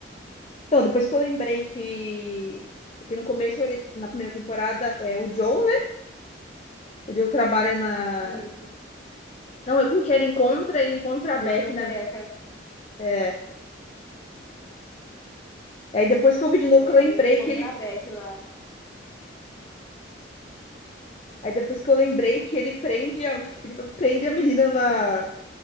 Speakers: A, on the left; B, on the left.
A: Então, depois que eu lembrei que. Porque no começo, ele- na primeira temporada, é o Joe, né? O Joe trabalha na.
B: Isso.
A: Não, eu como que ele encontra, ele encontra
B: Na
A: a Beck
B: biblioteca.
A: na. É... Aí depois que eu vi de novo,
B: É,
A: que eu lembrei
B: aí ele encontra
A: que ele
B: a Beck lá.
A: Aí depois que eu lembrei que ele prende a, <laughs> ele prende a menina na,